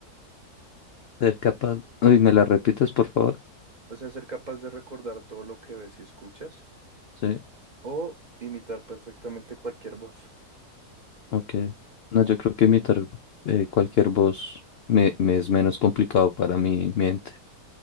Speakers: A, on the left; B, on the right.
A: Ser capaz. Uy, ¿me la repites, por favor?
B: O sea, ser capaz de recordar todo lo que ves y escuchas,
A: Sí,
B: o imitar perfectamente cualquier voz.
A: ok. No, yo creo que imitar eh, cualquier voz me, me es menos complicado para mi mente.